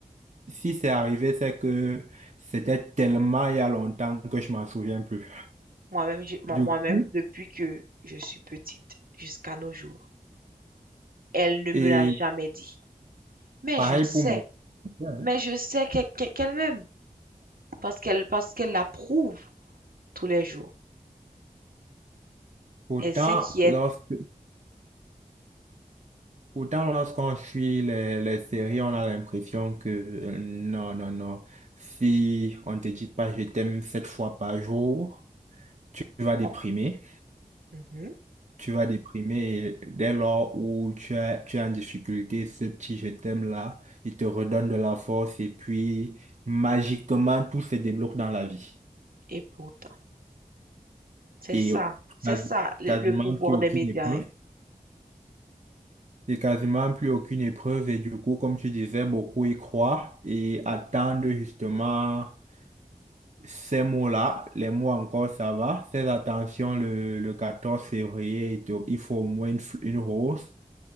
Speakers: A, on the right (about 55°); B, on the right (about 85°).
A: si c'est arrivé, c'est que c'était tellement il y a longtemps que je m'en souviens plus.
B: Moi-même, j'ai- moi-
A: Du
B: moi-même,
A: coup,
B: depuis que je suis petite jusqu'à nos jours, elle ne me
A: et
B: l'a jamais dit. Mais
A: pareil
B: je sais,
A: pour mon père.
B: mais je sais qu'elle, qu'elle- qu'elle m'aime, parce qu'elle, parce qu'elle l'approuve tous les jours.
A: Pourtant,
B: Elle s'inquiète.
A: lorsque, pourtant, lorsqu'on suit les, les séries, on a l'impression que euh, non, non, non. Si on te dit pas je t'aime sept fois par jour, tu vas déprimer.
B: Oh, mhm.
A: Tu vas déprimer et dès lors où tu as, tu es en difficulté, ce petit je t'aime là, il te redonne de la force et puis magiquement tout se débloque dans la vie.
B: Et pourtant, c'est
A: Et
B: ça, c'est
A: quasi-
B: ça le,
A: quasiment
B: le pouvoir
A: plus aucune
B: des médias,
A: épreuve.
B: hein.
A: et quasiment plus aucune épreuve. Et du coup, comme tu disais, beaucoup y croient et attendent justement ces mots-là. Les mots encore, ça va. Ces attentions, le, le 14 février, il te- il faut au moins une, f- une rose,